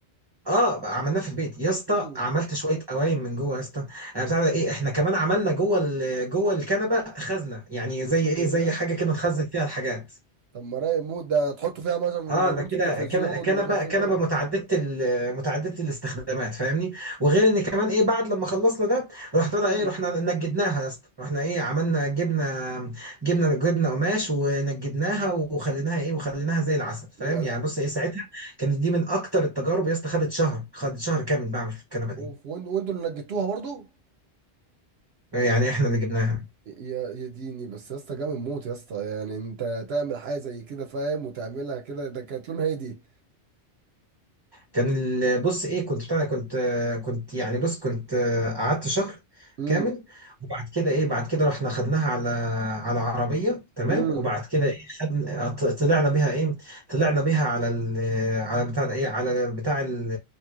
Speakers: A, on the right (about 25°); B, on the right (about 65°).
A: اه بقى عملناه في البيت يا اسطى
B: امم
A: عملت شويه قوايم من جوه يا اسطى آه، بتاع ده ايه احنا كمان عملنا جوه ال... جوه الكنبه خزنه يعني زي ايه
B: ايه
A: زي
B: ده
A: حاجه كده نخزن فيها الحاجات
B: طب ما رايق موت ده تحطوا فيها مثلا
A: اه
B: ريموت
A: ده كده
B: التلفزيون
A: كان- كنبه
B: مش عارف
A: كنبه
B: ايه وكده
A: متعدده ال- متعدده الاستخدامات فاهمني وغير ان كمان ايه بعد لما خلصنا ده رحت بقى
B: امم
A: ايه رحنا نجدناها يا اسطى رحنا ايه عملنا جبنا جبنا جبنا قماش ونجدناها وخليناها ايه وخليناها زي العسل فاهم
B: لا لا
A: يعني بص ايه ساعتها كانت دي من اكتر التجارب يا اسطى خدت شهر خدت شهر كامل بعمل في الكنبه دي
B: اوف وإن- وانتوا اللي نجدتوها برضو
A: يعني احنا اللي جبناها
B: يا يا ديني بس يا اسطى جامد موت يا اسطى يعني انت تعمل حاجه زي كده فاهم وتعملها كده ده كانت لونها ايه دي
A: كان ال- بص ايه كنت بتاع ده، كنت كنت يعني بص كنت قعدت شهر
B: امم
A: كامل وبعد كده ايه بعد كده رحنا خدناها على على عربية تمام
B: امم
A: وبعد كده ايه خدنا ط- طلعنا بيها ايه طلعنا بيها على ال على بتاع ده ايه على بتاع ال-